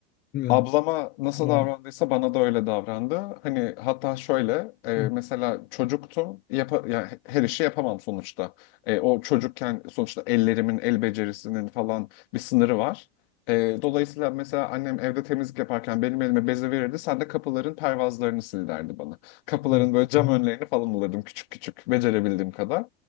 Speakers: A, on the left; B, on the left.
A: bilmiyordum.
B: Ablama nasıl
A: Yani.
B: davrandıysa bana da öyle davrandı. Hani hatta şöyle e,
A: Hı,
B: mesela çocuktum yapa, yani her işi yapamam sonuçta. E, o çocukken sonuçta ellerimin el becerisinin falan bir sınırı var. E, dolayısıyla mesela annem evde temizlik yaparken benim elime beze verirdi. Sen de kapıların pervazlarını sil derdi bana. Kapıların
A: hı,
B: böyle cam
A: hı,
B: önlerini falan alırdım küçük küçük becerebildiğim kadar.